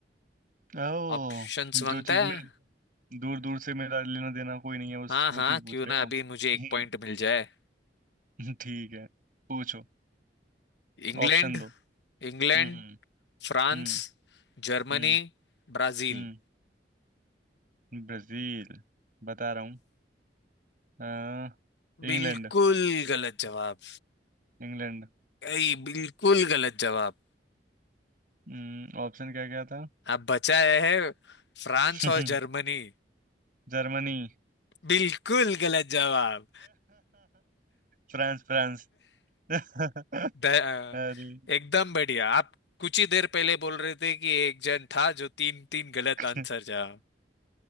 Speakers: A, on the right; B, on the left.
A: ओह
B: ऑप्शंस मांगता
A: जो चीज
B: है
A: में दूर दूर से मेरा लेना देना कोई नहीं है उस
B: हाँ
A: वो
B: हाँ
A: चीज पूछ
B: क्यों
A: रहे
B: ना
A: हो
B: अभी
A: हम्म,
B: मुझे एक पॉइंट मिल जाए
A: <laughs> ठीक है पूछो
B: England
A: ऑप्शन दो
B: England
A: हम्म
B: France
A: हम्म
B: Germany
A: हम्म
B: Brazil
A: हम्म ब्राजील बता रहा हूँ अ, इंग्लैंड
B: बिल्कुल गलत जवाब
A: इंग्लैंड
B: ऐ, बिल्कुल गलत जवाब
A: हम्म, ऑप्शन क्या क्या था
B: अब बचा है फ्रांस
A: <laughs>
B: और जर्मनी
A: जर्मनी
B: बिल्कुल गलत जवाब
A: France France <laughs>
B: द-
A: अरे
B: एकदम बढ़िया आप कुछ ही देर पहले बोल रहे थे कि एक जन था जो तीन तीन गलत
A: <laughs>
B: आंसर जा